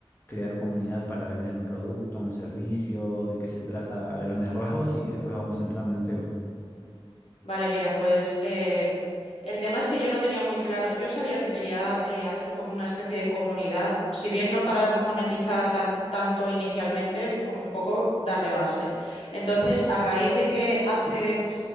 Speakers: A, on the left; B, on the left.
A: crear comunidad para vender un producto, un servicio, de qué se trata a grandes rasgos y después vamos entrando en tema.
B: Vale, mira, pues eh, el tema es que yo no tenía muy claro, yo sabía que quería eh, hacerlo como una especie de comunidad, si bien no para monetizar tan, tanto inicialmente, como un poco darle base. Entonces, a raíz de que hace